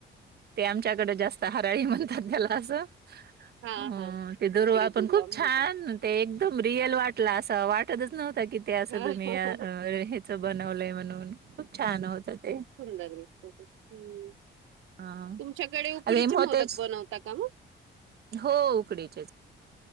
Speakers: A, on the right (about 55°); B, on the right (about 75°).
A: ते आमच्याकडे जास्त हराळी म्हणतात त्याला असं
B: हा
A: अ
B: हा
A: ते दरवा
B: इकडे
A: पण
B: दुर्वा
A: खूप
B: म्हणतात
A: छान ते एकदम रिअल वाटला असं वाटतच नव्हतता की ते असं
B: हा
A: तुम्ही
B: हा हा
A: बनवलंय म्हणून खूप छान होतं ते
B: खूप सुंदर दिसत ह्
A: हा.
B: तुमच्याकडे उकडीचे
A: अरे मोतेच
B: मोदक बनवता का मग
A: हो उकडीचेच